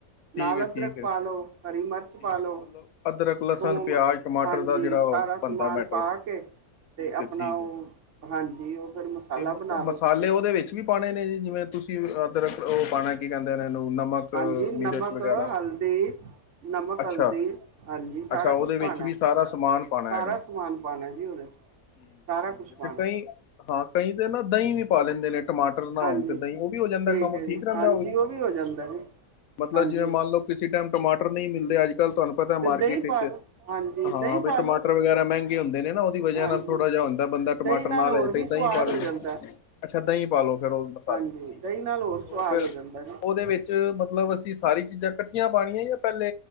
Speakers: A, on the left; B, on the right.
A: ਠੀਕ
B: ਨਾਲ
A: ਹੈ ਠੀਕ
B: ਅਦਰਕ
A: ਹੈ
B: ਪਾ ਲਓ, ਹਰੀ ਮਿਰਚ
A: ਠੀਕ
B: ਪਾ ਲੋ,
A: ਹੈ ਮਤਲਬ ਅਦਰਕ ਲਸਣ
B: ਥੂਮ
A: ਪਿਆਜ ਟਮਾਟਰ
B: ਹਾਂਜੀ,
A: ਦਾ ਜਿਹੜਾ ਉਹ
B: ਸਾਰਾ
A: ਬਣਦਾ
B: ਸਮਾਨ
A: ਮੈਟਰ
B: ਪਾ ਕੇ
A: ਠੀਕ
B: ਤੇ
A: ਹੈ
B: ਆਪਣਾ
A: ਠੀਕ
B: ਉਹ,
A: ਹੈ
B: ਹਾਂਜੀ ਉਹ ਫਿਰ ਮਸਾਲਾ
A: ਤੇ ਮ-
B: ਬਣਾ
A: ਉਹ
B: ਲਓ
A: ਮਸਾਲੇ
B: ਤੁਸੀਂ
A: ਉਹਦੇ ਵਿੱਚ ਵੀ ਪਾਉਣੇ ਨੇ ਜੀ ਜਿਵੇਂ ਤੁਸੀਂ ਅਦਰਕ ਉਹ ਪਾਉਣਾ ਕੀ ਕਹਿੰਦੇ ਇਹ ਨੂੰ ਨਮਕ
B: ਹਾਂਜੀ, ਨਮਕ
A: ਮਿਰਚ ਵਗੈਰਾ
B: ਕ ਹਲਦੀ, ਨਮਕ,
A: ਅੱਛਾ
B: ਹਲਦੀ ਹਾਂਜੀ ਸਾਰਾ
A: ਅੱਛਾ ਉਹਦੇ
B: ਕੁਛ
A: ਵਿੱਚ
B: ਪਾਣਾ।
A: ਵੀ ਸਾਰਾ ਸਮਾਨ ਪਾਣਾ
B: ਸਾਰਾ
A: ਹੈਗਾ
B: ਸਮਾਨ ਪਾਉਣਾ ਜੀ ਉਹਦੇ 'ਚ'
A: ਠੀਕ
B: ਸਾਰਾ
A: ਹੈ ਠੀਕ
B: ਕੁਛ
A: ਹੈ
B: ਪਾਉਣਾ।
A: ਤੇ ਕਈ ਹਾਂ ਕਈ ਤਾਂ ਨਾ ਦਹੀਂ ਵੀ ਪਾ ਲੈਂਦੇ ਨੇ ਟਮਾਟਰ ਨਾ
B: ਹਾਂਜੀ
A: ਹੋਣ ਤੇ ਦਹੀਂ ਉਹ ਵੀ ਹੋ ਜਾਂਦਾ ਕੰਮ
B: ਹੈ ਜੀ
A: ਠੀਕ ਰਹਿੰਦਾ
B: ਹਾਂਜੀ
A: ਉਹ ਵੀ
B: ਵੀ ਹੋ ਜਾਂਦਾ ਜੀ
A: ਮਤਲਬ
B: ਹਾਂਜੀ
A: ਜਿਵੇ ਮੰਨ ਲਓ ਕਿਸੇ ਟਾਈਮ ਟਮਾਟਰ ਨਹੀਂ ਮਿਲਦੇ ਅੱਜ-ਕੱਲ੍ਹ ਤੁਹਾਨੂੰ ਪਤਾ
B: ਤੇ
A: ਮਾਰਕੀਟ
B: ਦਹੀਂ ਪਾ
A: ਵਿੱਚ
B: ਲੋ ਹਾਂਜੀ
A: ਹਾਂ
B: ਦਹੀਂ
A: ਵੀ
B: ਪਾ
A: ਟਮਾਟਰ
B: ਲੋ
A: ਵਗੈਰਾ ਮਹਿੰਗੇ ਹੁੰਦੇ ਨੇ ਨਾ ਉਹਦੀ ਵਜ੍ਹਾ
B: ਹਾਂਜੀ
A: ਨਾਲ ਥੋੜਾ ਜਿਹਾ ਹੁੰਦਾ ਬੰਦਾ ਟਮਾਟਰ
B: ਦਹੀਂ ਨਾਲ
A: ਨਾ
B: ਹੋਰ
A: ਲੈ
B: ਵੀ
A: ਤੇ ਏਦਾਂ
B: ਸਵਾਦ
A: ਹੀ ਪਾ ਲੈ
B: ਹੋ ਜਾਂਦਾ
A: ਅੱਛਾ ਦਹੀਂ ਪਾਲੋ ਫਿਰ ਉਹ ਮਸਾਲੇ
B: ਹਾਂਜੀ
A: 'ਚ' ਠੀਕ
B: ਦਹੀਂ
A: ਐ ਜੀ
B: ਨਾਲ ਹੋਰ
A: ਤੇ
B: ਸਵਾਦ
A: ਉਹ ਫਿਰ
B: ਹੋ ਜਾਂਦਾ ਜੀ
A: ਉਹਦੇ ਵਿੱਚ 'ਚ' ਮਤਲਬ ਅਸੀਂ ਸਾਰੀ ਚੀਜ਼ਾਂ ਇਕੱਠੀਆਂ ਪਾਣੀਆਂ ਜਾਂ ਪਹਿਲੇ